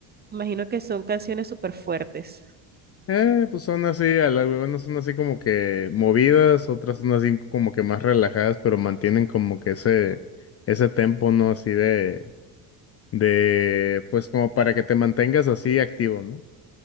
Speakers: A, on the right; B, on the left.
A: Imagino que son canciones súper fuertes.
B: Eh, pues son así, a la- algunas son así como que movidas, otras son así como que más relajadas, pero mantienen como que ese, ese tempo, ¿no? Así de, de, pues como para que te mantengas así activo, ¿no?